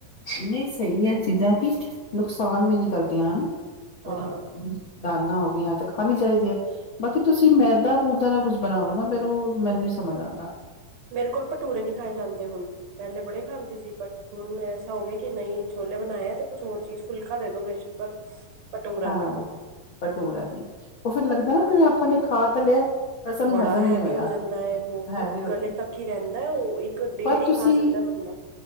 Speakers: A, on the left; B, on the right.
A: ਨਈਂ ਸਹੀ ਐ ਚੀਜ਼ਾਂ ਕੀ ਨੁਕਸਾਨ ਵੀ ਨੀ ਕਰਦੀਆਂ ਹਨਾਔ।
B: ਹਾਂ
A: ਹੋਰ ਹਂ ਦਾਲਾਂ ਹੋ ਗਈਆਂ ਐ ਤੇ ਖਾਣੀ ਚਾਈਦੀ ਐ, ਬਾਕੀ ਤੁਸੀਂ ਮੈਦਾ ਮੂਦਾ ਦਾ ਕੁੱਝ ਬਣਾਓ ਨਾ ਫੇਰ ਉਹ ਮੈਨੂੰ ਨੀ ਸਮਝ ਆਂਦਾ
B: ਮੇਰੇ ਕੋਲ ਭਟੂਰੇ ਨਈਂ ਖਾਏ ਜਾਂਦੇ ਹੁਣ ਪਹਿਲੇ ਬੜੇ ਖਾਂਦੀ ਸੀ ਬਟ ਹੁਣ ਐਸਾ ਹੋ ਗਿਆ ਕਿ ਨਈਂ ਛੋਲੇ ਬਣਾਇ ਏ ਤੇ ਕੁਛ ਹੋਰ ਚੀਜ਼ ਫੁਲਕਾ ਦੇ ਦੋ ਬੇਸ਼ੱਕ ਪਰ ਭਟੂਰਾ
A: ਹਾਂ
B: ਨਾ ਦੋ
A: ਭਟੂਰਾ ਨਈਂ, ਉਹ ਫੇਰ ਲੱਗਦਾ ਨਾ ਜਿਵੇਂ ਆਪਾਂ ਨੇ ਖਾ ਤਾਂ ਲਿਆ ਪਰ ਸਾਨੂੰ
B: ਬੜਾ
A: ਹਜ਼ਮ
B: ਹੈਵੀ
A: ਨਹੀਂ ਹੋਇਆ
B: ਹੋ ਜਾਂਦਾ ਐ, ਬਹੁਤ
A: ਹੈਵੀ ਹੋ
B: ਗਲੇ
A: ਜਾਂਦਾ
B: ਤੱਕ ਹੀ ਰਹਿੰਦਾ ਐ ਉਹ ਇੱਕ ਡੇੜ
A: ਪਰ
B: ਹੀ
A: ਤੁਸੀਂ
B: ਖਾ ਸਕਦਾ ਬੰਦਾ।